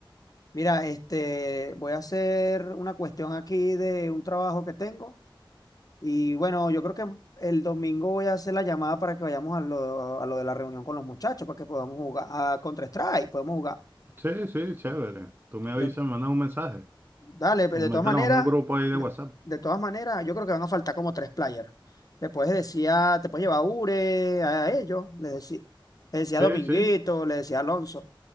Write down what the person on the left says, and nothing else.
Mira, este, voy a hacer una cuestión aquí de un trabajo que tengo. Y bueno, yo creo que el domingo voy a hacer la llamada para que vayamos a lo, a lo de la reunión con los muchachos, para que podamos jugar a Counter-Strike, podemos jugar.
Yo,
Dale, pero
de todas maneras,
de,
de todas maneras, yo creo que van a faltar como tres players. Le puedes decir a- te puedes llevar a Ure, a ellos, les decía, les decía
a Dominguito,
les decía a Alonso.